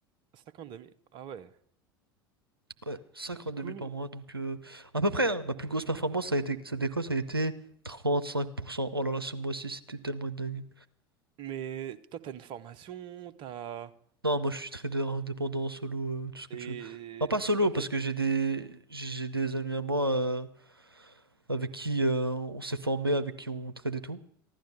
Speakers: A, on the right; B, on the right.
A: 52 000, ah ouais.
B: Ouais, 52
A: Du coup,
B: 000 par mois. Donc, euh, à peu près, hein. Ma plus grosse performance, ça a été, cette déco, ça a été 35%. Oh là là, ce mois-ci, c'était tellement une dinguerie.
A: mais toi, t'as une formation, t'as...
B: Non, moi, je suis trader indépendant, solo, euh, tout ce que
A: Et
B: tu veux. Enfin, pas solo,
A: ok,
B: parce que
A: tu-
B: j'ai des, j'ai j'ai des amis à moi euh, avec qui euh, on s'est formé, avec qui on trade et tout.